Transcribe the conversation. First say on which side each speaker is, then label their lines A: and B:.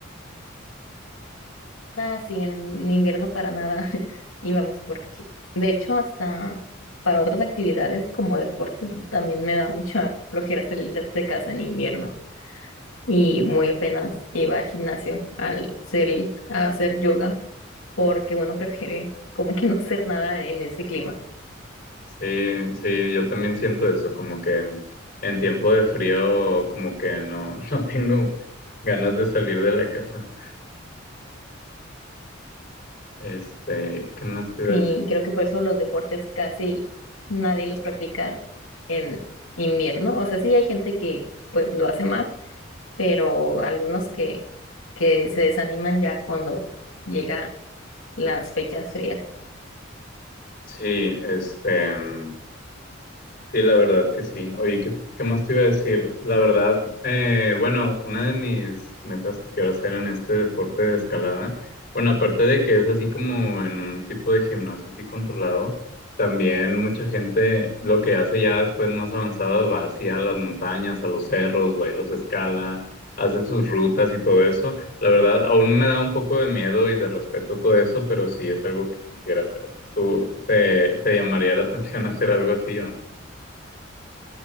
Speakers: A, on the left; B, on the left.
A: Así en invierno para nada <laughs> íbamos porque de hecho hasta para otras actividades como deportes también me da mucha flojera salir de casa en invierno y muy apenas iba al gimnasio al ser, a hacer yoga porque uno prefiere como que no hacer nada en ese clima.
B: Sí, sí, yo también siento eso, como que en, en tiempo de frío como que no, <laughs> no tengo ganas de salir de la casa. Este, ¿qué más te iba
A: Y
B: a
A: creo que por eso los deportes casi nadie los practica en invierno. O sea, sí hay gente que pues lo hace más, pero algunos que, que se desaniman ya cuando llega las fechas frías.
B: Sí, este, mm, Sí, la verdad que sí. Oye, ¿qué, qué más te iba a decir? La verdad, eh, bueno, una de mis metas que quiero hacer en este deporte de escalada, bueno, aparte de que es así como en un tipo de gimnasio así controlado, también mucha gente lo que hace ya después más avanzado va hacia las montañas, a los cerros, va y los escala, hace sus rutas y todo eso. La verdad, aún me da un poco de miedo y de respeto todo eso, pero sí es algo que quisiera hacer. ¿Tú te, te llamaría la <laughs> atención hacer algo así o no?